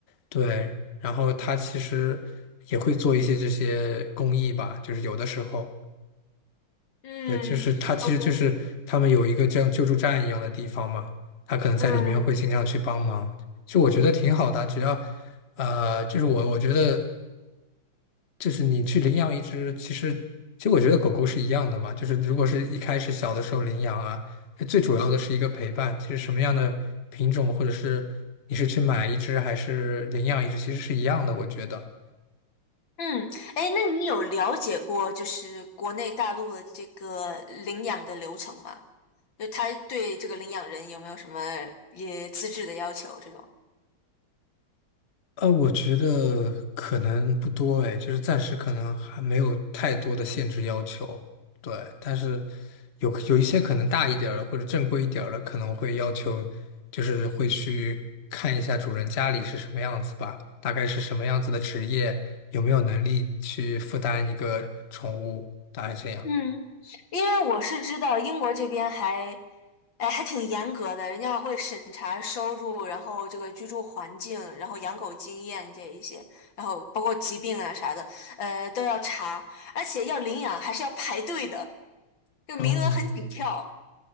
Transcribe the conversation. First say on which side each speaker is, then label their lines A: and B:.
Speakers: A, on the left; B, on the left.
A: 对，然后他其实也会做一些这些公益吧，就是有的时候。
B: 嗯，OK，
A: 对，就是他，其实就是他们有一个这样救助站一样的地方嘛，他可能在里面会经常去帮忙，
B: 嗯。
A: 就我觉得挺好的啊，只要，呃，就是我我觉得就是你去领养一只，其实其实我觉得狗狗是一样的嘛，就是如果是一开始小的时候领养啊，最主要的是一个陪伴，其实什么样的品种或者是你是去买一只还是领养一只，其实是一样的，我觉得。
B: 嗯，哎，那你有了解过就是国内大陆的这个领养的流程吗？就他对这个领养人有没有什么也资质的要求这种？
A: 呃，我觉得可能不多哎，就是暂时可能还没有太多的限制要求，对，但是有有一些可能大一点儿的或者正规一点儿的，可能会要求，就是会去看一下主人家里是什么样子吧，大概是什么样子的职业，有没有能力去负担一个宠物，大概这样。
B: 嗯，因为我是知道英国这边还，哎，还挺严格的，人家会审查收入，然后这个居住环境，然后养狗经验这一些，然后包括疾病啊啥的，呃，都要查，而且要领养还是要排队的，就名额很紧俏。
A: 哦